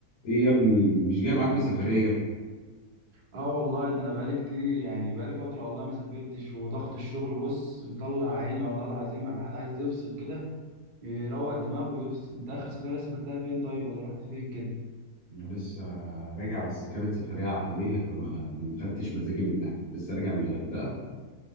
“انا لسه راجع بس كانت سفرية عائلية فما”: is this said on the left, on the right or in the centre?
Left